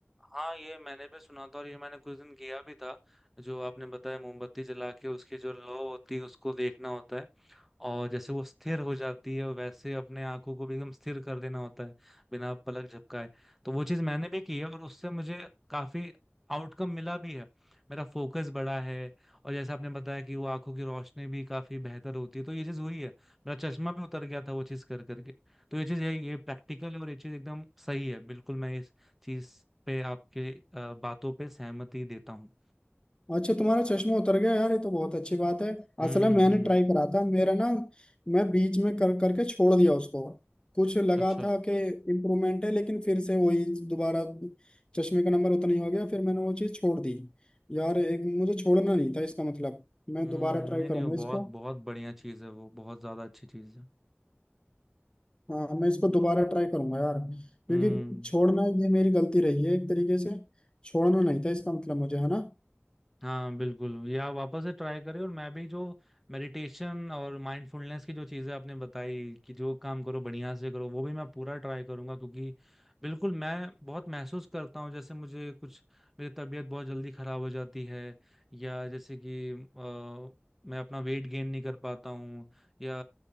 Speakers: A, in the centre; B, on the left (about 25°).
A: हाँ ये मैंने भी सुना था और ये मैंने कुछ दिन किया भी था जो आपने बताया मोमबत्ती जला के उसकी जो लौ होती है उसको देखना होता है और जैसे वो स्थिर हो जाती है वैसे अपने आंखों को भी एकदम स्थिर कर देना होता है बिना पलक झपकाए तो वो चीज मैंने भी की है और उससे मुझे काफी आउटकम मिला भी है मेरा फोकस बढ़ा है और जैसे आपने बताया कि वो आंखों की रोशनी भी काफी बेहतर होती है तो ये चीज हुई है मेरा चश्मा भी उतर गया था वो चीज कर करके तो ये चीज है ये प्रैक्टिकल और ये चीज एकदम सही है बिल्कुल मैं चीज पे आपके अ, बातों पे सहमति देता हूँ
B: अच्छा तुम्हारा चश्मा उतर गया यार ये तो बहुत अच्छी बात है
A: हम्म
B: असल में मैंने
A: हम्म
B: ट्राई करा था मेरा ना मैं बीच में कर करके छोड़ दिया उसको कुछ लगा
A: अच्छा
B: था कि इम्प्रूवमेंट है लेकिन फिर से वही दोबारा चश्मे का नंबर उतना ही हो गया फिर मैंने वो चीज़ छोड़ दी यार एक मुझे छोड़ना नहीं था इसका मतलब मैं
A: हम्म
B: दोबारा ट्राई
A: नहीं
B: करूंगा
A: नहीं वो बहुत
B: इसको
A: बहुत बढ़िया चीज है वो बहुत ज्यादा अच्छी चीज है
B: हाँ मैं इसको दोबारा ट्राई करूंगा यार क्योंकि
A: हम्म
B: छोड़ना ये मेरी गलती रही है एक तरीके से छोड़ना नहीं था इसका मतलब मुझे है ना
A: हाँ बिल्कुल ये आप वापस से ट्राई करें और मैं भी जो मेडिटेशन और माइंडफुलनेस की जो चीज़ें आपने बताई कि जो काम करो बढ़िया से करो वो भी मैं पूरा ट्राई करूंगा क्योंकि बिल्कुल मैं बहुत महसूस करता हूँ जैसे मुझे कुछ मेरी तबीयत बहुत जल्दी खराब हो जाती है या जैसे कि अ, मैं अपना वेट गेन नहीं कर पाता हूँ या